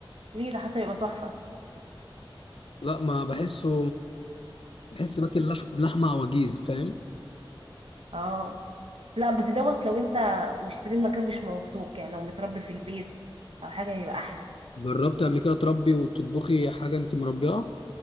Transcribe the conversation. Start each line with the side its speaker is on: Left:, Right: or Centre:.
Right: ليه ده حتى يبقى تحفة
Left: لا ما بحسه بحس باكل لح... لحمه عواجيز فاهم
Right: اه لا بس دوت لو انت مشتري مكان مش موثوق يعني لو متربي في البيت او حاجة هيبقى احلى
Left: جربت قبل كده تربي وتطبخي حاجه انت مربيها